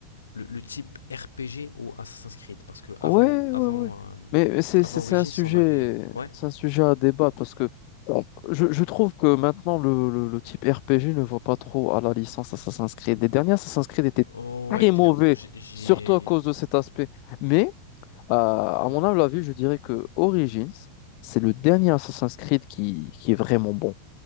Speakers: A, on the left; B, on the left.
A: le, le type RPG au Assassin's Creed. Parce que avant,
B: Ouais,
A: avant,
B: ouais, ouais.
A: euh,
B: Mais mais c'est
A: avant
B: c'est-
A: Origins,
B: c'est un sujet,
A: on avait. Ouais.
B: c'est un sujet à débattre parce que bon, je, je trouve que maintenant le, le, le type RPG ne va pas trop à la licence Assassin's Creed. Les dernières Assassin's Creed étaient
A: Oh,
B: très
A: ouais, clairement.
B: mauvais,
A: J'ai- J'ai.
B: surtout à cause de cet aspect. Mais euh, à
A: Hein
B: mon humble avis, je dirais que Origins, c'est le dernier Assassin's Creed qui, qui est vraiment bon.